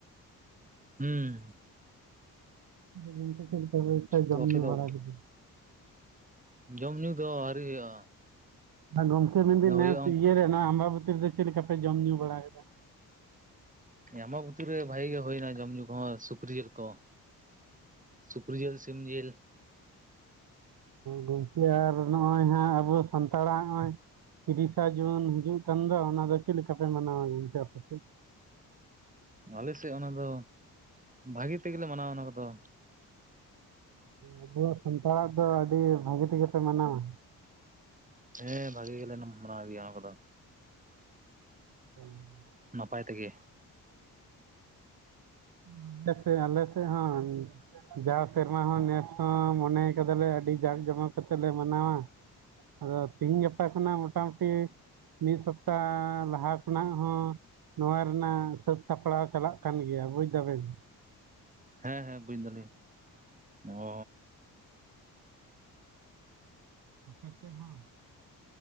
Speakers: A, on the right; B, on the right.
A: ᱦᱩᱸ
B: ᱜᱚᱝᱠᱮ ᱪᱮᱫ ᱞᱮᱠᱟ ᱵᱦᱟᱵᱮ ᱯᱮ ᱡᱚᱢ
A: ᱛᱚ ᱟᱯᱮ
B: ᱧᱩ
A: ᱫᱚ
B: ᱵᱟᱲᱟ ᱠᱮᱫᱟ᱾
A: ᱡᱚᱢ ᱧᱩ ᱫᱚ ᱟᱹᱣᱨᱤ ᱦᱩᱭᱩᱜᱼᱟ᱾
B: ᱜᱚᱢᱠᱮ ᱢᱮᱱᱮᱫᱟᱧ
A: ᱦᱩᱭᱩᱜᱼᱟ
B: ᱱᱮᱥ ᱤᱭᱟᱹᱨᱮ ᱱᱚᱣᱟ ᱟᱢᱵᱟᱵᱛᱤ ᱨᱮᱫᱚ ᱪᱮᱫ ᱞᱮᱠᱟ ᱯᱮ ᱡᱚᱢ ᱧᱩ ᱵᱟᱲᱟᱭᱮᱫᱟ᱾
A: ᱟᱵᱟᱵᱩᱛᱤ ᱨᱮ ᱵᱷᱟᱜᱤ ᱜᱮ ᱦᱩᱭᱱᱟ ᱡᱚᱢ ᱧᱩ ᱠᱚᱦᱚᱸ ᱥᱩᱠᱨᱤ ᱡᱤᱞ ᱠᱚ᱾ ᱥᱩᱠᱨᱤ ᱡᱤᱞ ᱥᱤᱢ ᱡᱤᱞ᱾
B: ᱜᱚᱝᱠᱮ ᱟᱨ ᱱᱚᱜᱼᱚᱭ ᱦᱟᱸᱜ ᱟᱵᱚ ᱥᱟᱱᱛᱟᱲᱟᱜ ᱱᱚᱜᱼᱚᱭ᱾ ᱛᱤᱨᱤᱥᱟ ᱡᱩᱱ ᱦᱤᱡᱩᱜ ᱠᱟᱱ ᱫᱚ ᱚᱱᱟ ᱫᱚ ᱪᱮᱫ ᱞᱮᱠᱟᱯᱮ ᱢᱟᱱᱟᱣᱟ ᱜᱚᱝᱠᱮ ᱟᱯᱮ ᱥᱮᱫ ᱾
A: ᱟᱞᱮ ᱥᱮᱫ ᱚᱱᱟ ᱫᱚ ᱵᱷᱟᱹᱜᱤ ᱛᱮᱜᱮᱞᱮ ᱢᱟᱱᱟᱣᱟ ᱚᱱᱟ ᱠᱚᱫᱚ
B: ᱟᱵᱚᱣᱟᱜ ᱥᱟᱱᱛᱟᱲᱟᱜ ᱫᱚ ᱟᱹᱰᱤ ᱵᱷᱟᱹᱜᱤ ᱛᱮᱜᱮ ᱯᱮ ᱢᱟᱱᱟᱣᱟ᱾
A: ᱦᱮᱸ ᱵᱷᱟᱜᱤ ᱜᱮᱞᱮ ᱢᱟᱱᱟᱣ ᱜᱮᱭᱟ ᱚᱱᱟ ᱠᱚᱫᱚ᱾
B: <unintelligible>
A: ᱱᱟᱯᱟᱭ ᱛᱮᱜᱮ᱾
B: <inaudible> ᱟᱞᱮ ᱥᱮ ᱦᱚ ᱡᱟᱣ ᱥᱮᱨᱢᱟ ᱦᱚᱸ ᱱᱮᱥ ᱦᱚᱸ ᱢᱚᱱᱮ ᱠᱟᱫᱟᱞᱮ ᱟᱹᱰᱤ ᱡᱟᱸᱠ ᱡᱚᱢᱚᱠ ᱠᱟᱛᱮ ᱞᱮ ᱢᱟᱱᱟᱣᱟ ᱟᱫᱚ ᱛᱤᱦᱤᱧ ᱜᱟᱯᱟ ᱠᱷᱚᱱᱟᱜ ᱢᱚᱴᱟᱢᱩᱴᱤ ᱢᱤᱫ ᱥᱚᱯᱛᱟ ᱞᱟᱦᱟ ᱠᱷᱚᱱᱟᱜ ᱦᱚᱸ ᱱᱚᱣᱟ ᱨᱮᱱᱟᱜ ᱥᱟᱹᱛ ᱥᱟᱯᱲᱟᱣ ᱪᱟᱞᱟᱜ ᱠᱟᱱ ᱜᱮᱭᱟ ᱵᱩᱡ ᱫᱟ ᱵᱮᱱ
A: ᱦᱮᱸ ᱦᱮᱸ ᱵᱩᱡ ᱫᱟᱞᱤᱧ ᱚ
B: ᱟᱯᱮ ᱥᱮᱫ ᱦᱚ